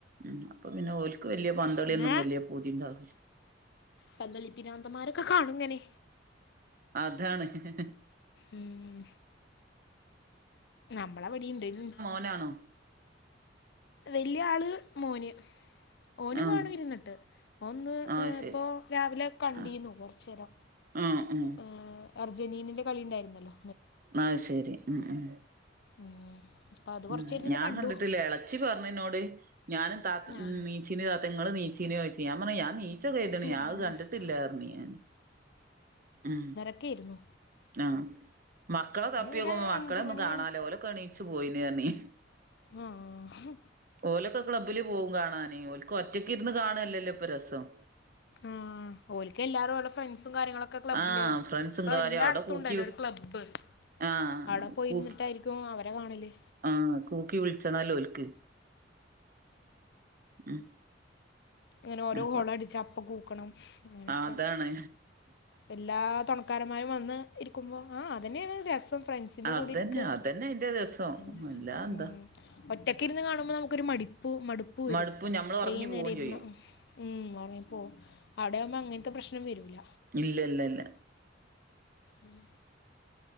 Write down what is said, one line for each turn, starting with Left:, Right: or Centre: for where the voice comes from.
Right: ഉം അപ്പൊ പിന്ന ഓൽക്ക് വല്ല്യ പന്തളിയൊന്നും
Left: പിന്നെ
Right: വല്ല്യ പൂതിണ്ടാവൂല
Left: പന്ത്ളി പ്രാന്തന്മാർ കാണുങ്ങനെ
Right: അതാണ് ഹ് ഹ് ഹ്
Left: ഉം നമ്മളവിടെയിണ്ടേയിലണ്ട്
Right: ഹലോ
Left: വല്ല്യാള് മോന് ഓനും
Right: ആഹ്
Left: കാണും ഇരുന്നട്ട് ഓൻന്ന്
Right: ആഹ്
Left: അ്
Right: ശരി
Left: ഇപ്പൊ രാവിലെ കണ്ടീന്നു
Right: ആഹ്
Left: കൊറച്ചേരം.
Right: ആഹ്
Left: ആ അർജന്റീനന്റെ കളി ഇണ്ടായിരുന്നല്ലോ
Right: ആഹ് ശരി ഉം ഉം
Left: ഉം അപ്പം അത് കുറച്ച്
Right: ഉം
Left: നേരം ഇരുന്ന്
Right: ഞാൻ
Left: കണ്ടു
Right: കണ്ടിട്ടില്ല എളച്ചി പറഞ്ഞെന്നോട് ഞാനും താ
Left: ആ
Right: നീച്ചിന് താത്താ ഇങ്ങള് നീച്ചിനോ ചോയ്ച്ച് ഞാൻ പറയും ഞാൻ നീച്ചൊക്കെയ്ത്ണ്
Left: ആ
Right: ഞാ അത് കണ്ടിട്ടില്ലാ പറഞ്ഞ്ഞാന് ഉം പി
Left: ക്കേയിരുന്നു
Right: ആഹ് മക്കള തപ്പിയോക്കുമ്പ
Left: ഒരു
Right: മക്കള
Left: അഞ്ച്
Right: ഒന്നും
Left: മണി
Right: കാണാല്ല ഓലൊക്ക എണീച്ച് പോയീന് പറഞ്ഞി
Left: ആഹ്
Right: ഓലൊക്കെ ക്ലബ്ബില് പോവും കാണാന് ഓൽക്ക് ഒറ്റക്കിരുന്ന് കാണ്യല്ലല്ലോ ഇപ്പൊ രസം
Left: ആഹ് ഓല്ക്കെല്ലാരും ഓല ഫ്രണ്ട്സും കാര്യങ്ങളൊക്ക് ക്ക ക്ലബ്ബില്
Right: ആഹ് ഫ്രണ്ട്സും
Left: ഇപ്പൊ
Right: കാര്യം
Left: എല്ലാടത്തു
Right: അവിടെ കൂക്കി
Left: ഉണ്ടല്ലോ ഒരു ക്ലബ്ബ്
Right: ആഹ്
Left: അവടെ പോയിരുന്നിട്ടായിരിക്
Right: കൂക്കി
Left: ക്കും അവരെ കാണല്
Right: ആഹ് കൂക്കി വിളിച്ചണല്ലോഒല്ക്ക് ഉം
Left: ഇങ്ങന ഓരോ
Right: അപ്പൊ
Left: ഗോളടിച്ചാ അപ്പ കൂക്കണം അങ്ങനെയൊക്കെ
Right: അതാണ്
Left: എല്ലാ <unintelligible> ക്കാരമ്മാരും വന്ന് ഇരിക്കുമ്പോ ആഹ് അതന്നേണ് രസം ഫ്രണ്ട്സിന്റെ
Right: അതന്നെ
Left: കൂടെ ഇരിക്ക
Right: അതന്നെ അയിന്റെ രസം
Left: ഉം
Right: അല്ലാതെന്താ
Left: ഉം ഒറ്റക്കിരുന്ന് കാണുമ്പ നമുക്കൊരു മടിപ്പൂ മടുപ്പു വരും
Right: മടുപ്പും ഞമ്മള്
Left: ഇത്രയും
Right: ഒറങ്ങി
Left: നേരം
Right: പോവും
Left: ഇരുന്ന്
Right: ചെയ്യും
Left: ഉം ഒറങ്ങിപ്പോകും അവടെയാവുമ്പ അങ്ങനത്തെ പ്രശ്നം വരൂല
Right: ഇല്ലല്ലല്ല
Left: ഉം